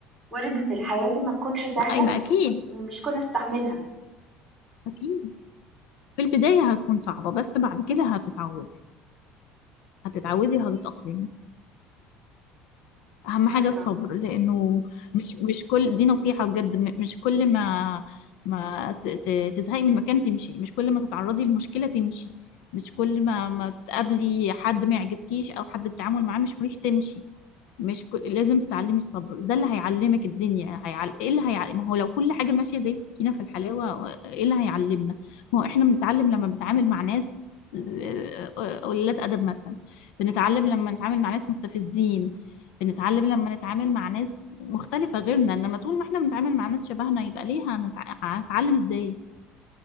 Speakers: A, in the centre; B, on the left (about 70°).
A: وارد ان الحياة دي ما تكونش سهلة
B: ما- اي ما اكيد
A: ومش كلنا نستحملها
B: اكيد في البداية هتكون صعبة بس بعد كده هتتعودي هتتعودي وهتتأقلمي اهم
A: عارفة
B: حاجة الصبر لانه مش مش كل دي نصيحة بجد م- مش كل ما ما ت- ت- تزهقي من مكان تمشي مش كل ما تتعرضي لمشكلة تمشي مش كل ما ما تقابلي حد ما يعجبكيش او حد التعامل معاه مش مريح تمشي مش كل... لازم تتعلمي الصبر ده اللي هيعلمك الدنيا هيعل... ايه اللي هيعلم ما هو لو كل حاجة ماشية زي السكينة في الحلاوة ايه اللي هيعلمنا ما هو احنا بنتعلم لما بنتعامل مع ناس آه، آه، قليلات ادب مثلا بنتعلم لما نتعامل مع ناس مستفزين بنتعلم لما نتعامل مع ناس مختلفة غيرنا انما طول ما احنا بنتعامل مع ناس شبهنا يبقى ليه هنتع- هنتعلم ازاي